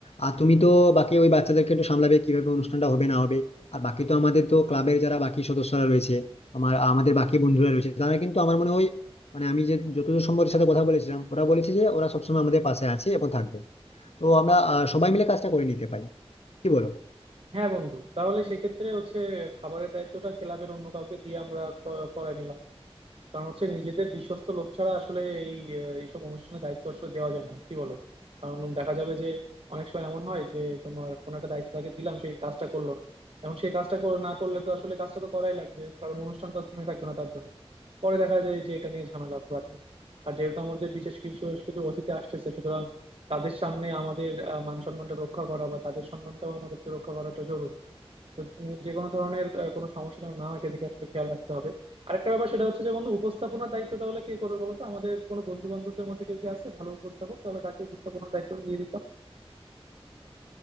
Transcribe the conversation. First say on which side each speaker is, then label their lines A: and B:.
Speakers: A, on the left; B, on the right.
A: আর তুমি তো বাকি ওই বাচ্চাদেরকে একটু সামলাবে কিভাবে অনুষ্ঠানটা হবে না হবে আর বাকি তো আমাদের তো ক্লাবের যারা বাকি সদস্যরা রয়েছে আমার আমাদের বাকি বন্ধুরা রয়েছে তারা কিন্তু আমার মনে হয় মানে আমি যে যতদূর সম্ভবের সাথে কথা বলেছিলাম ওরা বলেছে যে ওরা সবসময় আমাদের পাশে আছে এবং থাকবে তো আমরা আহ, সবাই মিলে কাজটা করে নিতে পারি কি বলো
B: হ্যাঁ বন্ধু তাহলে সেক্ষেত্রে হচ্ছে খাবারের দায়িত্বটা ক্লাবের অন্য কাউকে দিয়ে আমরা ক- করায় নিলাম কারণ হচ্ছে নিজেদের বিশ্বস্ত লোক ছাড়া আসলে এই আহ, এইসব অনুষ্ঠানে দায়িত্ব আসলে দেওয়া যায় না কি বলো কারণ দেখা যাবে যে অনেক সময় এমন হয় যে তোমার কোনো একটা দায়িত্ব তাকে দিলাম সেই কাজটা করলো না এখন সেই কাজটা কর- না করলে তো আসলে কাজটা তো করাই লাগবে কারণ অনুষ্ঠান তো আর থেমে থাকবে না তার জন্য পরে দেখা যায় যে এটা নিয়ে ঝামেলা বাধে আর যেহেতু আমাদের বিশেষ কিছু কিছু অতিথি আসতেছে সুতরাং তাদের সামনে আমাদের আহ, মান সম্মানটা রক্ষা করা বা তাদের সম্মানটাও আমাদেরকে রক্ষা করাটা জরুরি তো যে কোনো ধরনের আহ, কোনো সমস্যা যেন না হয় সেদিকে আসলে খেয়াল রাখতে হবে আরেকটা ব্যাপার সেটা হচ্ছে যে বন্ধু উপস্থাপনার দায়িত্ব তাহলে কে করবে বলো তো আমাদের কোনো বন্ধু বান্ধবদের মধ্যে কেউ কি আছে ভালো উপস্থাপক তাহলে তাকে উপস্থাপনার দায়িত্ব দিয়ে দিতাম